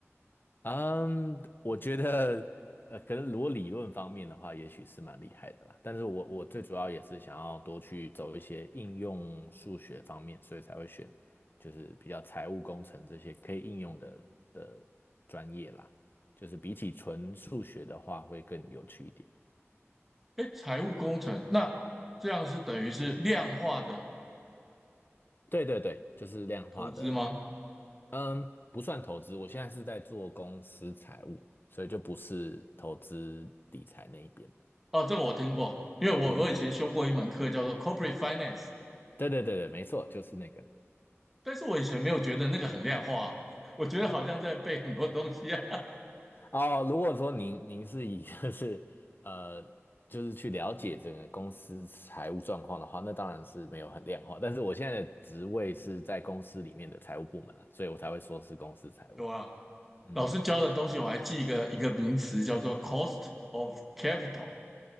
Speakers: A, on the left (about 45°); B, in the centre.
A: 嗯，我觉得，呃，可能如果理论方面的话，也许是蛮厉害的啦。但是我我最主要也是想要多去走一些应用数学方面，所以才会选就是比较财务工程这些可以应用的的专业啦。就是比起纯数学的话，会更有趣一点。
B: 哎，财务工程，那这样是等于是量化的
A: 对对对，就是量化的，
B: 投资吗？
A: 嗯，不算投资。我现在是在做公司财务，所以就不是投资理财那一边的。
B: 哦，这个我听过，因为我我以前修过一门课叫做
A: 嗯嗯嗯嗯
B: Corporate Finance，
A: 对对对对，没错，就是那个
B: 但是我以前没有觉得那个很量化啊，我觉得好像在背很多东西啊，
A: 哦。如果说您您是以 <laughs> 就是呃就是去了解整个公司财务状况的话，那当然是没有很量化。但是我现在的职位是在公司里面的财务部门啊，所以我才会说是公司财务。
B: 有啊？
A: 嗯，
B: 老师教的东西，
A: 嗯
B: 我还记一个一个名词叫做 cost of capital，